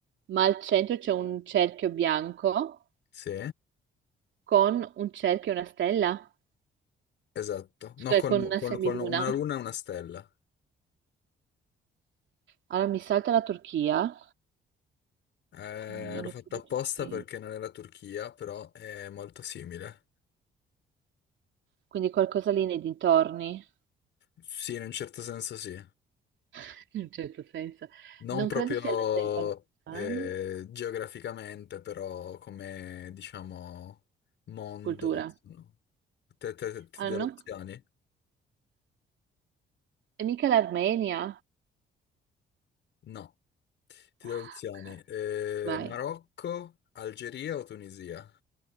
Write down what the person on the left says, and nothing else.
Sì,
esatto.
No, con,
con-
con una luna e una stella.
Eh,
l'ho fatto
apposta
perché non è la Turchia, però è molto simile.
Sì, in un certo senso sì.
Non
proprio
eh, geograficamente, però come, diciamo, mondo.
no? Te, te, te- ti
do
le opzioni?
No, ti
do le opzioni.
Eh,
Marocco, Algeria o Tunisia?